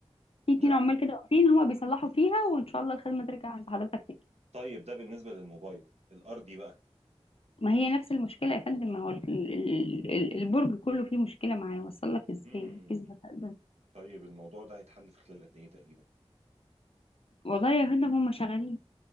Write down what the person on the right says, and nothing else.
لا
طيب ده بالنسبه للموبايل الارضي بقى
امم
طيب الموضوع ده هيتحل في خلال قد ايه تقريبا